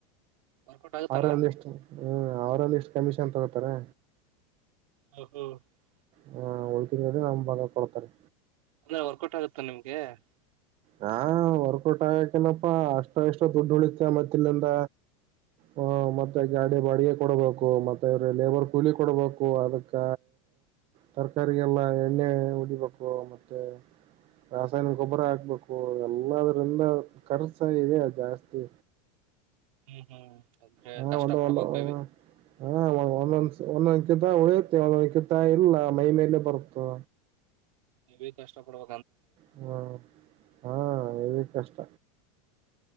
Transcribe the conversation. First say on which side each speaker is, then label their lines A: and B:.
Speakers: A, on the right; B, on the right.
A: ವರ್ಕೌಟ್ ಆಗುತ್ತಣ್ಣ
B: ಅವ್ರೊಂದಿಷ್ಟು ಹ್ಮ್, ಅವ್ರೊಂದಿಷ್ಟು ಕಮಿಷನ್ ತಗೋತಾರೆ.
A: ಹ್ಮ ಹ್ಮ <unintelligible>
B: ಹಾ, ಉಳಿತಂದ್ರನಮ ಬಾಗ ಕೊಡ್ತಾರೆ.
A: ಅಂದ್ರೆ ವರ್ಕೌಟ್ ಆಗುತ್ತ ನಿಮ್ಗೆ, -
B: ಹಾ, ವರ್ಕೌಟ್ ಆಗಕೆನಪ್ಪಾ ಅಷ್ಟ ಇಷ್ಟ ದುಡ್ಡು ಉಳಿತ ಮತ್ತಿಲ್ಲಿಂದ. ಹ ಮತ್ತೆ ಗಾಡಿ ಬಾಡಿಗೆ ಕೊಡ್ಬೇಕು ಮತ್ತೆ ಇವ್ರೆ ಲೇಬರ್ ಕೂಲಿ ಕೊಡ್ಬೇಕು ಅದಕ್ಕ ತರಕಾರಿಗೆಲ್ಲ ಎಣ್ಣೆ ಉಡಿಬೇಕು ಮತ್ತೆ ರಾಸಾಯನಿಕ ಗೊಬ್ಬರ ಆಗ್ಬೇಕು ಹ ಎಲ್ಲದ್ರಿಂದ ಖರ್ಚ ಇದೆ ಜಾಸ್ತಿ
A: ಹ್ಮ್ ಹ್ಮ್ ಅಂದ್ರೆ
B: ಹಾ
A: ಕಷ್ಟ
B: ಒಂದು
A: ಪಡ್ಬೇಕು
B: ಒಂದ
A: ಹೆವಿ
B: ಹ ಹ ಒಂದ ಒಂದಂಕಿತ ಉಳಿಯುತ್ತೆ ಒಂದೊಂಕಿತ ಇಲ್ಲ ಮೈ ಮೇಲೆ ಬರುತ್ತ
A: ಎ ಕಷ್ಟ ಪಡುವ
B: ಹ್ಮ ಹಾ ಎ ಕಷ್ಟ